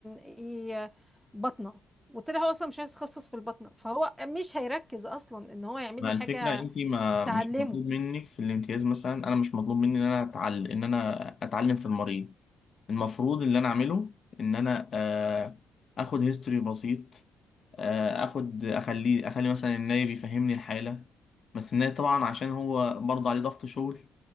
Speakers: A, in the centre; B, on the left (about 50°).
A: ي- بطنه وطلع هو اصلا مش عايز يتخصص في البطنه فهو مش هيركز اصلا ان هو يعمل
B: مع
A: لي
B: الفكرة
A: حاجه
B: انت ما
A: تعلمه
B: مش مطلوب منك في الامتياز مثلا انا مش مطلوب مني ان انا اتعلم ان انا اتعلم في المريض المفروض اللي انا اعمله ان انا آه، اخد هيستوري بسيط آه، اخد اخليه اخلي مثلا النايب يفهمني الحالة بس النايب طبعا عشان هو برضه عليه ضغط شغل